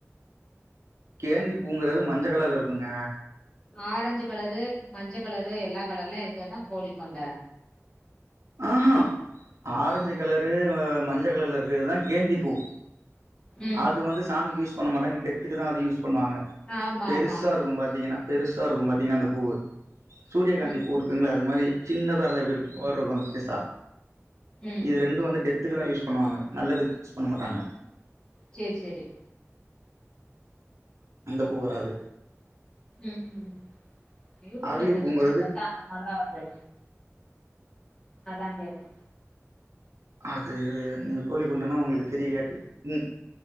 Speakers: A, on the right; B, on the left.
A: கேந்தி பூங்கறது மஞ்ச கலர்லருக்குங்க
B: ஆரெஞ்சு கலரு மஞ்ச கலரு எல்லா கலர்லயு இருக்கனா கோழிக்கொண்ட
A: ஆஹா ஆரஞ்சு கலரு மஞ்ச கலர்லருக்றது தா கேந்திப்பூ
B: ம்
A: அது வந்து சாமிக்கு யூஸ் பண்ண மாட்டாங்க டெத்துக்கு தா அது யூஸ் பண்ணுவாங்க
B: ஆமா
A: பெருசாருக்கு
B: ஆமா
A: பாத்தீங்கன்னா பெருசாருக்கு பாத்தீங்கன்னா அந்த பூவு சூரியகாந்தி
B: ம்
A: பூ
B: ம்
A: இருக்குங்ள அ து மாரி சின்னதாருந்தா எப்டி இரு <inaudible> வந்து பெர்சா
B: ம்
A: இது ரெண்டு வந்து டெ த்துக்கு தா யூஸ் பண்ணுவாங்க நல்லதுக்கு யூஸ் பண்ணமாட்டாங்க
B: சேர் செரி
A: அந்த பூ வராது
B: ம் ம் யூடியூப்ல
A: அரளி
B: சர்ச்
A: பூங்கிறது
B: பண்ணி பாத்தா அந்த மாடலா வருது அதா கேட்டே
A: அது நீங்க கோழி கொண்டனா உங்களுக்கு தெரியலையாட்டது ம்